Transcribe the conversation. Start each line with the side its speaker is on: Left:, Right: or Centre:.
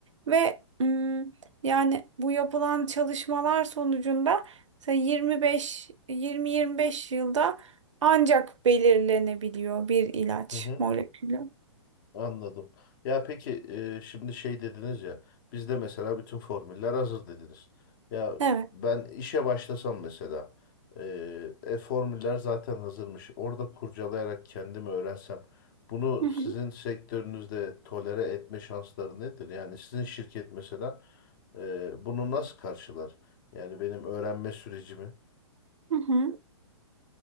Right: Ve mm, yani bu yapılan çalışmalar sonucunda mesela 25 20-25 yılda ancak belirlenebiliyor bir ilaç
Left: hı hı.
Right: molekülü.
Left: Anladım. Ya peki e, şimdi şey dediniz ya bizde mesela bütün formüller hazır dediniz. Ya
Right: Evet.
Left: ben işe başlasam mesela e, e, formüller zaten hazırmış. Orada kurcalayarak kendimi öğrensem bunu
Right: Hı hı.
Left: sizin sektörünüzde tolere etme şansları nedir? Yani sizin şirket mesela e, bunu nasıl karşılar? Yani benim öğrenme sürecimi.
Right: Hı hı.